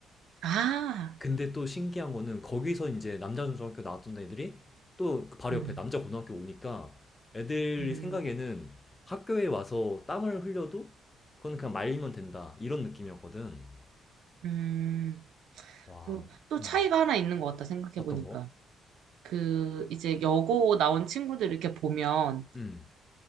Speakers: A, on the right (about 75°); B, on the left (about 20°).
A: 아,
B: 근데 또 신기한 거는 거기서 이제 남자 중학교 나왔던 애들이 또그 바로
A: 음,
B: 옆에 남자 고등학교 오니까 애들
A: 음,
B: 생각에는 학교에 와서 땀을 흘려도 그건 그냥 말리면 된다. 이런 느낌이었거든.
A: 음.
B: 와,
A: 그리고 또
B: 음.
A: 차이가 하나 있는 것 같다 생각해보니까.
B: 어떤 거?
A: 그 이제 여고 나온 친구들 이렇게 보면
B: 음.